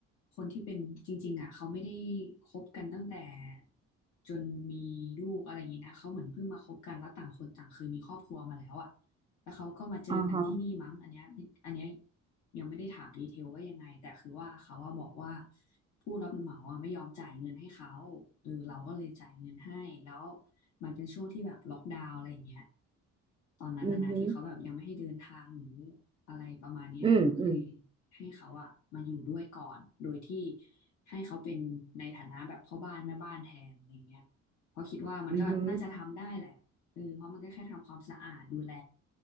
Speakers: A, on the left; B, on the right.
A: คนที่เป็นจริงๆอ่ะเขาไม่ได้คบกันตั้งแต่จนมีลูกอะไรอย่างนี้นะเขาเหมือนเพิ่งมาคบกันแล้วต่างคนต่างเคยมีครอบครัวมาแล้วอ่ะ แล้วเขาก็มาเจอกันที่นี่มั้งอันเนี้ยอันเนี้ย
B: อ๋อฮะ
A: ยังไม่ได้ถามดีเทลว่ายังไงแต่คือว่าเขาว่าบอกว่าผู้รับเหมาอะไม่ยอมจ่ายเงินให้เขาเออเราก็เลยจ่ายเงินให้แล้วมันเป็นช่วงที่แบบล็อกดาวน์อะไรอย่างเงี้ยตอนนั้นอะนะที่เขาแบบยังไม่ให้เดินทางหรือ
B: อือฮึอ
A: อะไรประมาณเนี้ยเราก็เลย
B: อืมอืม
A: ให้เขาอะมาอยู่ด้วยก่อนโดยที่ให้เขาเป็นในฐานะแบบพ่อบ้านแม่บ้านแทนอะไรเงี้ยเพราะคิดว่ามันก็น่าจะทำได้แหละ
B: อือฮึ
A: เออเพราะมันก็แค่ทำความสะอาดดูแล